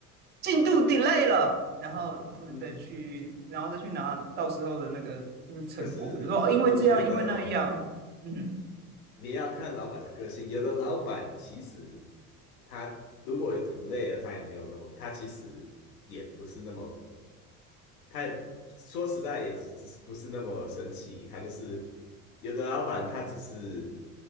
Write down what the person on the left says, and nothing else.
嗯，
可是我觉得哦，
你要看老板的个性，有的老板其实他如果累了，他也没有那么，他其实也不是那么，他也说实在也只是不是那么生气，他就是有的老板他只是